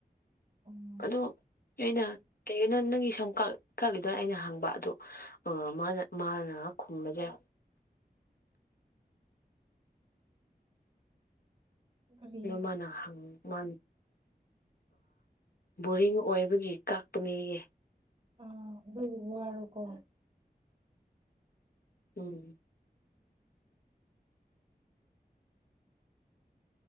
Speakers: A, on the right; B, on the left.
A: ꯎꯝ
B: ꯑꯗꯣ ꯑꯩꯅ ꯀꯩꯒꯤꯅꯣ ꯅꯪꯒꯤ ꯁꯨꯝ ꯀꯠꯂꯤꯗꯣꯏ ꯑꯩꯅ ꯍꯥꯡꯕ ꯑꯗꯣ ꯃꯥꯅ ꯃꯥꯅ ꯈꯨꯝꯕꯁꯦ
A: ꯀꯔꯤ
B: ꯃꯥꯅ ꯍ ꯃꯥ ꯕꯣꯔꯤꯡ ꯑꯣꯏꯕꯒꯤ ꯀꯥꯛꯄꯅꯦꯌꯦ
A: ꯑ ꯔꯕꯔ ꯀꯣ
B: ꯎꯝ <inaudible>